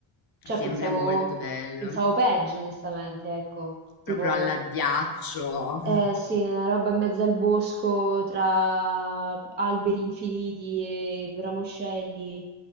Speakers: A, on the right (about 25°); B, on the left (about 45°).
A: Cioè,
B: sembra
A: pensavo,
B: molto bello,
A: pensavo peggio, onestamente, ecco. Tipo,
B: proprio all'addiaccio.
A: eh
B: <laughs>
A: sì, una roba in mezzo al bosco, tra alberi infiniti e ramoscelli.